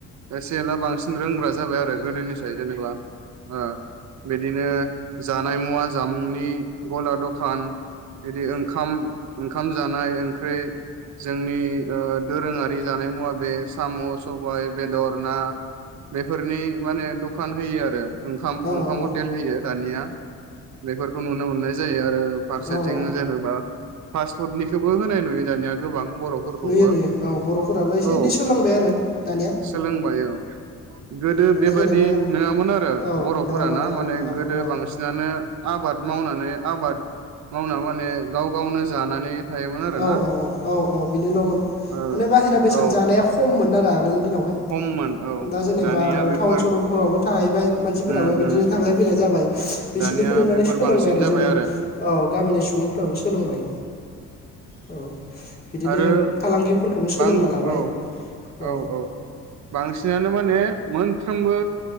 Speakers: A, on the right; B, on the left.
A: एसे एला बांसिन रोंग्रा जाबाय आरो गोदोनिसाय जेनेबा ओ। बिदिनो जानाय मुवा जामुंनि गला दखान बिदि ओंखाम ओंखाम जानाय ओंख्रि जोंनि ओ दोरोङारि जानाय मुवा बे साम' सबाय बेदर ना बेफोरनि माने द! दखान होयो आरो। ओंखाम
B: औ
A: ओंखाम
B: औ
A: हटेल होयो दानिया बेफोरखौ नुनो मोनो। मोननाय जायो आरो। आरो फारसेथिं
B: औ
A: जेनेबा पासपर्टनिखौबो होनाय नुयो दानिया गोबां बर'फोरखौबो
B: नुयो नुयो औ बर'फोराबो एसे
A: औ
B: एनै सोलोंबाय आरो दानिया
A: सोलोंबाय औ गोदो
B: माने
A: बेबाददि
B: जेनेबा
A: नङामोन आरो
B: औ
A: बर'फोराना
B: नङामोन नङामोन
A: माने
B: औ
A: गोदो
B: औ
A: बांसिनानो आबाद मावनो। नै आबाद मावना माने गाव गावनो जानानै थायोमोन आरोना
B: औ औ औ औ औ बिनिल'मोन
A: ओ
B: माने बाहेरा बेसाद
A: औ
B: जानाया खममोन <unintelligible> दिनावहाय
A: खममोन औ
B: दा जेनेबा
A: दानिया
B: अ
A: बेफोर
B: टाउन सहफोराव थाहैबाय मानसिफोराबो
A: उम
B: बिदिनो
A: उम
B: थांलाय फैलाय जाबाय बिसोरनिखौ
A: दानिया
B: नुनानै
A: बेफोर
B: सोलोंबाय
A: बांसिन
B: आरो
A: जाबाय
B: जोंनि औ गामिनि सुबुंफ्राबो सोलोंबाय। औ बिदिनो
A: आरो
B: फालांगिफोरखौबो सोलोंना
A: बां
B: लाबाय
A: औ
B: अ
A: औ औ बांसिन नो माने मोनफ्रोमबो